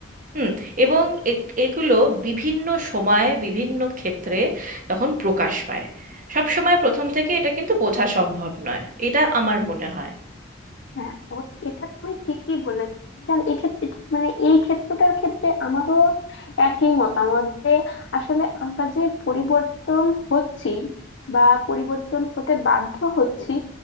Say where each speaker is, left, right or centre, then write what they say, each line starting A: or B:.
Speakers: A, on the right; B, on the left.
A: হুম এবং এ- এগুলো বিভিন্ন সময়ে বিভিন্ন ক্ষেত্রে তখন প্রকাশ পায় সব সময় প্রথম থেকে এটা কিন্তু বোঝা সম্ভব নয় এটা আমার মনে হয়
B: হ্যাঁ অবশ্য এটা তুমি ঠিকই বলেছো এটা এক্ষেত্রে এটা- মানে এই ক্ষেত্রটার ক্ষেত্রে আমারও একই মতামত যে আসলে আমরা যে পরিবর্তন হচ্ছি বা পরিবর্তন হতে বাধ্য হচ্ছি